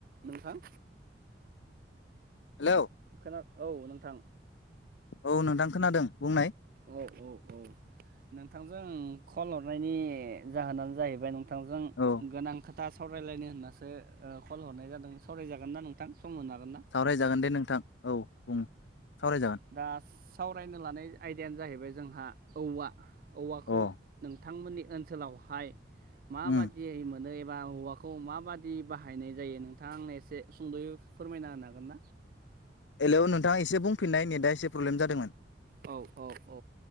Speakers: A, on the right; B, on the left.
A: नोंथां।
B: हेलौ
A: खोना औ नोंथां।
B: औ नोंथां खोनादों बुंनाय।
A: औ औ औ नोंथांजों आं कल हरनायनि जाहोनानो जाहैबाय नोंथां नोंथांजों
B: औ
A: गोनां खोथा सावरायलायनो होननासो ओह कल हरनाय जादों सावरायजागोनना नोंथां? सम होनो हागोन ना
B: सावरायजागोन
A: नोंथाङा
B: दे नोंथां औ बुं सावरायजागोन
A: दा सावरायनो लानाय आयदायानो जाहैबाय जोंहा औवा औवाखौ
B: अ
A: नोंथांमोननि ओनसोलावहाय माबादियै
B: उम
A: मोनो मोनो एबा हौवाखौ माबादि बाहायनाय जायो नोंथाङा आंनो एसे सुंद'यै फोरमायना होनो हागोन। ना
B: हेलौ नोंथाङा एसे बुंफिननाय नेटआ एसे प्रब्लेम जादोंमोन।
A: औ औ औ